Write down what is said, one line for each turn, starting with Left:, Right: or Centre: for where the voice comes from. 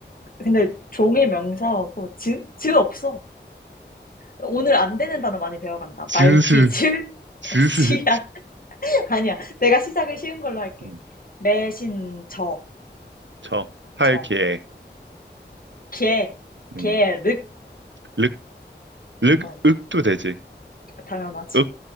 Left: 근데 종의 명사하고 즈? 즈 없어. 오늘 안 되는 단어 많이 배워간다.
Right: 즈스,
Left: 말티즈, <laughs>
Right: 즈스.
Left: 씨앗,
Right: 즈.
Left: <laughs> 아니야. 내가 시작을 쉬운 걸로 할게.
Right: 음,
Left: 매신, 저,
Right: 저, 할게..
Left: 저. 개,
Right: 음,
Left: 개, 륵.
Right: 륵, 륵,
Left: 어,
Right: 윽도 되지.
Left: 당연하지.
Right: 윽?